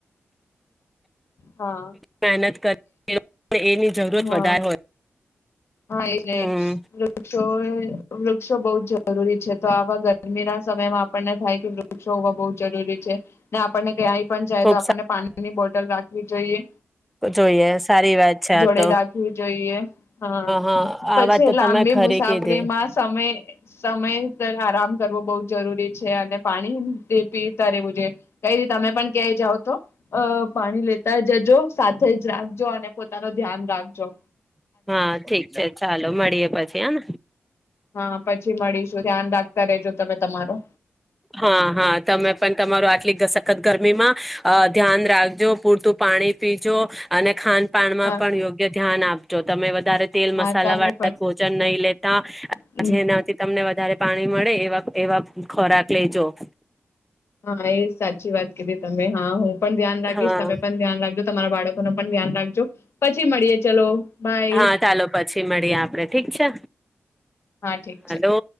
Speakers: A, on the left; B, in the centre.
A: હા
B: મહેનત કર <unintelligible> એની જરૂરત
A: હા
B: વધારે હોય.
A: હા એને
B: હમ
A: તો એ. વૃક્ષો બહુ જ જરૂરી છે તો આવા ગરમીના. સમયમાં આપણને થાય કે વૃક્ષો બઉ જરૂરી છે ને આપણને ઈ પણ જાય
B: ખુબ
A: તો આપણને પાણી ની બોટલ રાખી જોઈએ.
B: તો જોઈએ સારી વાત છે આપ
A: <unintelligible> રાખવુ જોઈએ, હાં
B: હા
A: પછી
B: આ વાત તો
A: લાંબી
B: તમે ખરી
A: મુસાફરીમાં
B: કીધી
A: સમય સમય <unintelligible> આરામ કરવો બઉ જરૂરી છે અને પાણી તે પી તા રેવુ જે કંઈ ની તમે પણ ક્યાંય જાઓ, તો અ પાણી લેતા જજો. સાથે જ રાખજો અને પોતાનો ધ્યાન રાખજો.
B: હાં ઠીક છે, ચાલો મળીએ પછી હં.
A: હાં પછી મળીશું. ધ્યાન રાખતા રેજો તમે તમારુ.
B: હાં, હાં, તમે પણ તમારું આટલી સખત ગરમીમાં અ ધ્યાન રાખજો, પૂરતું પાણી પીજો અને ખાન પાનમાં
A: હા
B: પણ યોગ્ય ધ્યાન આપજો, તમે વધારે તેલ મસાલા
A: હા તમે
B: વાળા ભોજન નઈ લેતા
A: પણ
B: જેનાથી તમને વધારે પાણી મળે એવા એવા ખોરાક પ્લેજો.
A: હા એ સાચી વાત કીધી તમે, હા, હું. પણ ધ્યાન રાખીશ,
B: હા
A: તમે પણ ધ્યાન રાખજો, તમારા બાળકો નું પણ ધ્યાન રાખજો. પછી મળીએ ચલો. બાય
B: હા ચાલો પછી મળીએ આપણે ઠીક છે.
A: હા ઠીક
B: હાલો
A: છે.